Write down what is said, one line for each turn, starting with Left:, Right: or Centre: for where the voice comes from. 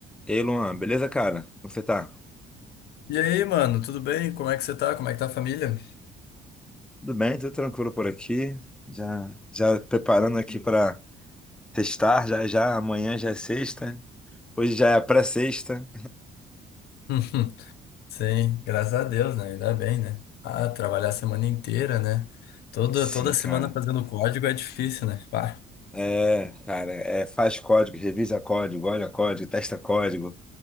Centre: Ei, Luan, beleza, cara? Como você tá?
Left: E aí, mano, tudo bem? Como é que você tá? Como é que tá a família?
Centre: Tudo bem, tudo tranquilo por aqui. Já, já preparando aqui para sextar, já, já, amanhã já é sexta. Hoje já é a pré-sexta.
Left: <laughs> Sim, graças a Deus, né? Ainda bem, né? Ah, trabalhar a semana inteira, né? Toda,
Centre: Sim,
Left: toda semana
Centre: cara.
Left: fazendo código é difícil, né? Pá.
Centre: É, cara, é, faz código, revisa código, olha código, testa código.